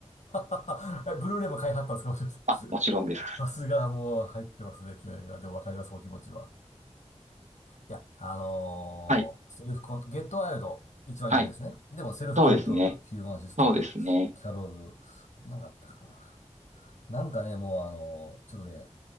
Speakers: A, on the left; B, on the right.
A: <laughs> ブルーレイも買いはったんですかもしかして
B: あ、
A: <laughs>
B: もちろんです。
A: さすがもう入ってますね、気合が。でもわかります、お気持ちは。いや、あのーセルフコン、
B: はい。
A: ゲットワイルド、一番有名ですね。
B: はい。
A: でも、セルフコントロール、
B: そうですね。
A: ヒューマンシステム、
B: そうですね。
A: キャロル、なんかあったかな。なんかね、もうあのーちょっとね、